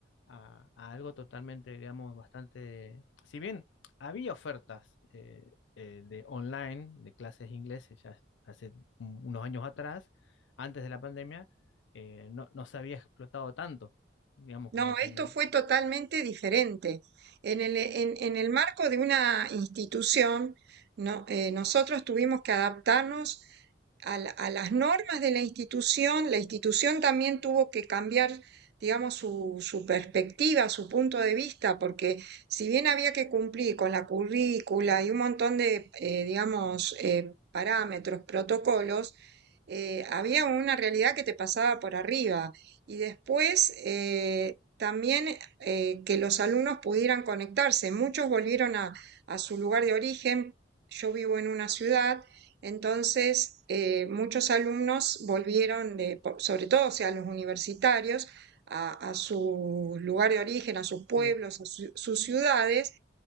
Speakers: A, on the left; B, on the right.
A: a, a algo totalmente, digamos, bastante... Si bien había ofertas eh, eh, de online, de clases de inglés, eh, ya hace un- unos años atrás, antes de la pandemia, eh, no, no se había explotado tanto, digamos,
B: No,
A: como que...
B: esto
A: en- el-
B: fue totalmente diferente. En el, en- en el marco de una institución, no, eh, nosotros tuvimos que adaptarnos a, la- a las normas de la institución. La institución también tuvo que cambiar, digamos, su, su perspectiva, su punto de vista, porque si bien había que cumplir con la currícula y un montón de, eh, digamos, eh, parámetros, protocolos, eh, había una realidad que te pasaba por arriba. Y después, eh, también eh, que los alumnos pudieran conectarse. Muchos volvieron a, a su lugar de origen. Yo vivo en una ciudad, entonces eh, muchos alumnos volvieron, de- po- sobre todo, o sea, los universitarios, a, a su lugar de origen, a sus pueblos,
A: sí,
B: a su- sus ciudades